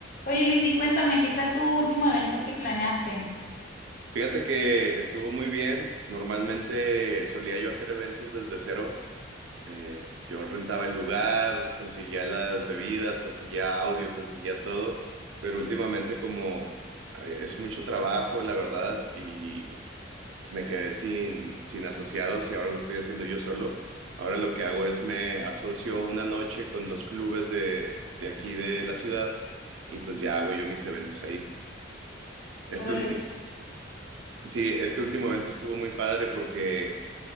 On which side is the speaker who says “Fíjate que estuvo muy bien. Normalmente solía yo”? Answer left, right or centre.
Right